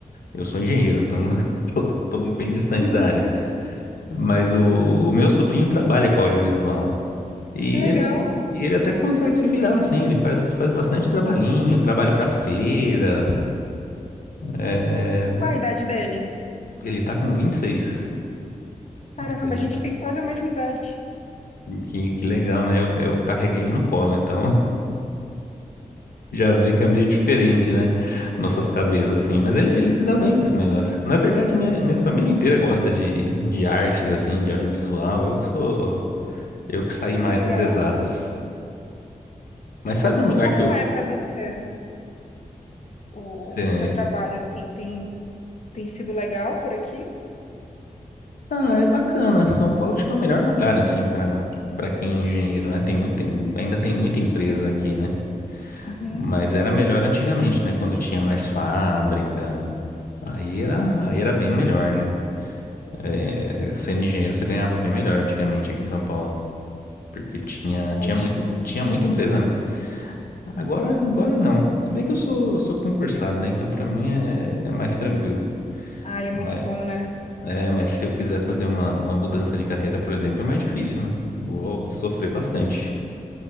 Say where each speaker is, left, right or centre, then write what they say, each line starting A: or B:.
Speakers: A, on the left; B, on the left.
A: eu sou engenheiro, então <laughs> não- tô, tô bem distante
B: <laughs>
A: da área. Mas o, o meu sobrinho trabalha com audiovisual e
B: Que legal.
A: ele, e ele até consegue se virar, assim, ele faz, faz bastante trabalhinho, trabalho pra feira, é, da-
B: Qual
A: da-
B: a idade dele?
A: ele tá com 26.
B: Caramba,
A: né?
B: a gente tem quase a mesma idade.
A: Que, que legal, né? Eu, eu carreguei ele no colo, então Já vê que é meio diferente, né? Nossas cabeças, assim. Mas ele, ele se dá bem com esse negócio. Na verdade, minha, minha família inteira gosta de, de artes, assim, de audiovisual. Eu que sou. Eu que saí mais
B: Que legal.
A: das exatas. Mas sabe um lugar
B: E como
A: que eu.
B: é para você o,
A: é,
B: o seu trabalho assim? Tem, tem sido legal por aqui?
A: Ah, é bacana. São Paulo acho que é o melhor lugar, assim, pra, pra quem é engenheiro, né? Tem muita, ainda tem muita empresa aqui, né?
B: Uhum.
A: Mas era melhor antigamente, né? Quando tinha mais fábrica. Aí era, aí era bem melhor, né? É, sendo engenheiro, você ganhava bem melhor antigamente aqui em São Paulo. Porque tinha,
B: Poxa.
A: tinha muito, tinha muita empresa, né? Agora, agora não. Se bem que eu sou, eu sou concursado, né? Então pra mim é, é mais tranquilo.
B: Ai, é
A: Mas,
B: muito bom, né?
A: é, mas se eu quiser fazer uma, uma mudança de carreira, por exemplo, é mais difícil, né? Vou, vou sofrer bastante.